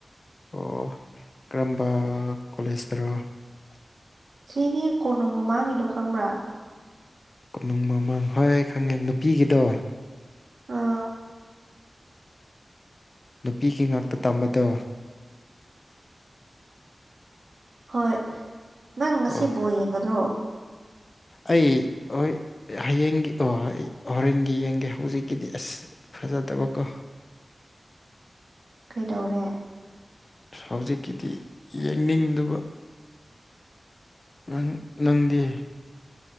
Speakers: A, on the left (about 45°); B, on the right (about 75°).
A: ꯑꯣ ꯀꯔꯝꯕ ꯀꯣꯂꯦꯖꯇꯔꯣ
B: ꯁꯤꯒꯤ ꯀꯣꯅꯨꯡ ꯃꯃꯥꯡꯉꯗꯣ ꯈꯪꯕ꯭ꯔꯥ
A: ꯀꯣꯅꯨꯡ ꯃꯃꯥꯡ ꯍꯣꯏ ꯈꯪꯉꯦ ꯅꯨꯄꯤꯒꯤꯗꯣ
B: ꯑꯥ
A: ꯅꯨꯄꯤꯒꯤ ꯉꯥꯛꯇ ꯇꯝꯕꯗꯣ
B: ꯍꯣꯏ ꯅꯪ ꯉꯁꯤꯕꯨꯣ
A: ꯑꯣ
B: ꯌꯦꯡꯒꯗ꯭ꯔꯣ
A: ꯑꯩ ꯍꯣꯏ ꯍꯌꯦꯡꯒꯤ ꯑꯣ ꯍꯣꯔꯦꯟꯒꯤ ꯌꯦꯡꯒꯦ ꯍꯧꯖꯤꯛꯀꯤꯗꯤ ꯑꯁ ꯐꯖꯗꯕꯀꯣ
B: ꯀꯩꯗꯧꯔꯦ
A: ꯍꯧꯖꯤꯛꯀꯤꯗꯤ ꯌꯦꯡꯅꯤꯡꯗꯕ ꯅꯪ ꯅꯪꯗꯤ